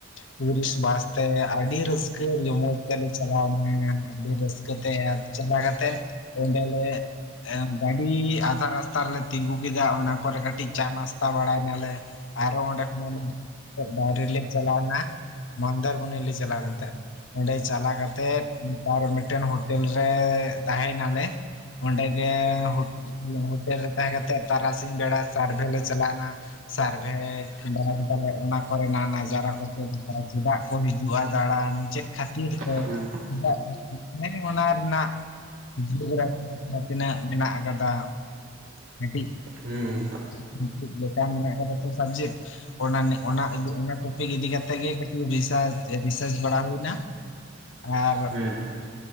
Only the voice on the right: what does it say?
ᱦᱮᱸ
ᱦᱮᱸ
ᱦᱮᱸ
ᱦᱮᱸ